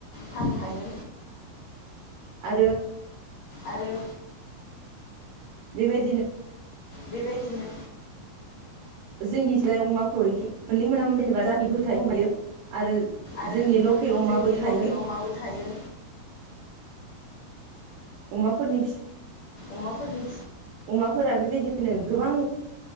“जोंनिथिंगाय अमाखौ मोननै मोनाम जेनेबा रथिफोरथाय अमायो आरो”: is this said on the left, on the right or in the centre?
Right